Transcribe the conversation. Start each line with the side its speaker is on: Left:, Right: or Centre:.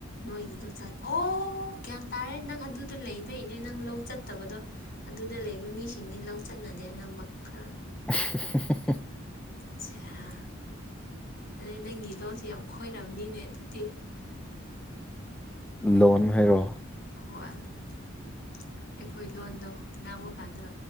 Left: ꯅꯣꯏꯒꯤꯗ ꯆꯥ ꯑꯣ ꯒ꯭ꯌꯥꯟ ꯇꯥꯔꯦ ꯅꯪ ꯑꯗꯨꯗ ꯂꯩꯕꯩꯅꯦ ꯅꯪ ꯂꯧ ꯆꯠꯇꯕꯗꯣ ꯑꯗꯨꯗ ꯂꯩꯕ ꯃꯤꯁꯤꯡꯗꯤ ꯂꯧ ꯆꯠꯅꯗꯦ ꯑꯅꯝꯕ ꯈꯔ
Centre: ꯑ
Left: ꯑꯠꯆꯥꯦ ꯑꯗꯩ ꯅꯪꯒꯤ ꯂꯣꯟꯁꯦ ꯌꯥꯝ ꯈꯣꯏꯔꯔꯕꯅꯤꯅꯦ ꯑꯗꯨꯗꯤ <inaudible>
Centre: ꯂꯣꯟ ꯍꯥꯏꯔꯣ
Left: ꯍꯣꯏ ꯑꯩꯈꯣꯏ ꯂꯣꯟꯗꯣ ꯉꯥꯡꯕ ꯀꯥꯟꯗ